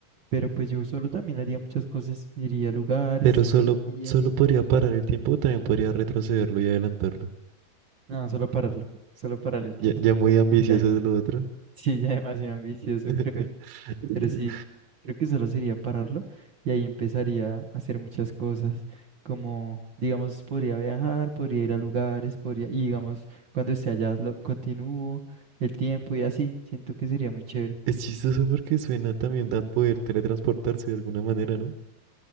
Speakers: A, on the right; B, on the right.
A: Pero pues yo solo también haría muchas cosas, iría a lugares,
B: Pero solo,
A: iría.
B: solo podría parar el tiempo, o también podría retrocederlo y adelantarlo.
A: No, solo pararlo, solo parar el tiempo.
B: Ya, ya muy
A: Creo
B: ambicioso
A: que está ahí.
B: es lo otro.
A: Sí, ya demasiado ambicioso,
B: <laughs>
A: creo yo. Pero sí, creo que solo sería pararlo y ahí empezaría a hacer muchas cosas, como, digamos, podría viajar, podría ir a lugares, podría, y digamos, cuando esté allá, lo continúo el tiempo y así. Siento que sería muy chévere.
B: Es chistoso porque suena también a poder teletransportarse de alguna manera, ¿no?